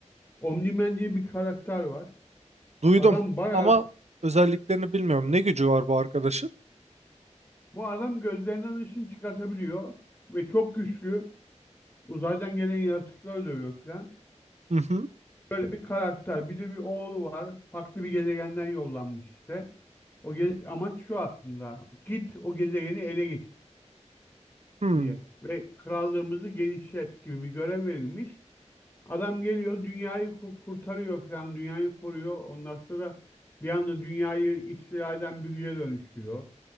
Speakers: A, on the left; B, on the right.
A: Omnimen diye bir karakter var.
B: Duydum
A: Adam bayağı
B: ama özelliklerini bilmiyorum. Ne gücü var bu arkadaşın?
A: bu adam gözlerinden ışın çıkartabiliyor ve çok güçlü. Uzaydan gelen yaratıkları dövüyor falan.
B: Hı hı.
A: Böyle bir karakter. Bir de bir oğlu var. Farklı bir gezegenden yollanmış işte. O ge- amaç şu aslında. Git o gezegeni ele geçir
B: Hmm.
A: diye ve krallığımızı genişlet gibi bir görev verilmiş. Adam geliyor dünyayı ku- kurtarıyor falan dünyayı koruyor. Ondan sonra bir anda dünyayı istila eden bir güce dönüşüyor.